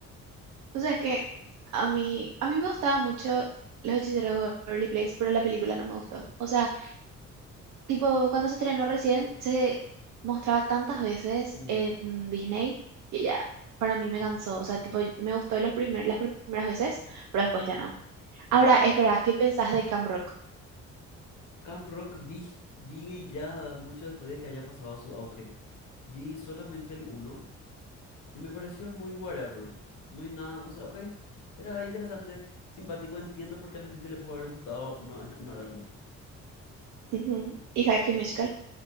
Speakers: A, on the right (about 75°); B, on the left (about 80°).
A: O sea, es que a mí, a mí me gustaba mucho Los Hechiceros de Waverly Place, pero la película no me gustó. O sea, tipo, cuando se estrenó recién, se mostraba tantas veces
B: Mm,
A: en Disney que ya para mí me
B: ujú,
A: cansó. O sea, tipo,
B: ujú,
A: me gustó los primer, las primeras veces, pero después ya no.
B: entiendo.
A: Ahora, espera, ¿qué pensás de Camp Rock?
B: Camp Rock vi, vi ya mucho después de que haya pasado su auge. Vi solamente el uno Y me pareció muy whatever, muy nada, o sea, ok, era interesante, simpático, entiendo por qué a la gente le pudo haber gustado, no, es- no era lo mío.
A: Ujú. Y High School Musical.